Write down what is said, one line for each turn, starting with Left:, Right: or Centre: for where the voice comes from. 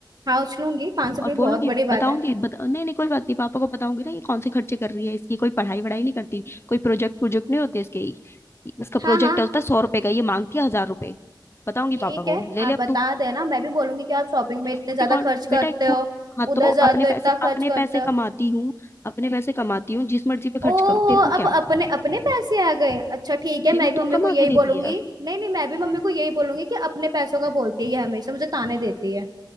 Right: हाँ उछलूंगी पाँच सौ रुपये
Left: और बोलूंगी
Right: बहुत बड़ी बात
Left: बताऊंगी
Right: है
Left: बता... नहीं नहीं कोई बात नहीं पापा को बताऊंगी ना ये कौन से खर्चे कर रही है इसकी कोई पढ़ाई वढ़ाई नहीं करती कोई प्रोजेक्ट प्रोजेक्ट नहीं होते इसके इसका प्रोजेक्ट
Right: हाँ हाँ
Left: होता है सौ रुपए का ये मांगती है हजार रुपए बताऊंगी
Right: ठीक
Left: पापा को
Right: है
Left: ले ले
Right: आप
Left: अब
Right: बता
Left: तू
Right: देना मैं भी बोलूंगी कि आप शॉपिंग में
Left: एक
Right: इतने
Left: फूटी
Right: ज्यादा
Left: कौन
Right: खर्च
Left: है? बेटा
Right: करते
Left: एक
Right: हो
Left: फूट हाँ
Right: उधर
Left: तो
Right: जाते
Left: अपने
Right: हो
Left: पैसे
Right: इतना खर्च
Left: अपने
Right: करते
Left: पैसे
Right: हो
Left: कमाती हूँ अपने पैसे कमाती हूँ जिस मर्जी पे
Right: ओहो
Left: खर्च करूँ तेरे को
Right: अब
Left: क्या
Right: अपने अपने पैसे आ गए अच्छा ठीक है
Left: क्यों
Right: मैं भी
Left: तू
Right: मम्मी
Left: कमा
Right: को यही
Left: के देती
Right: बोलूंगी
Left: है
Right: नहीं नहीं मैं भी मम्मी को यही बोलूंगी कि अपने पैसों का बोलती है ये हमेशा मुझे ताने देती है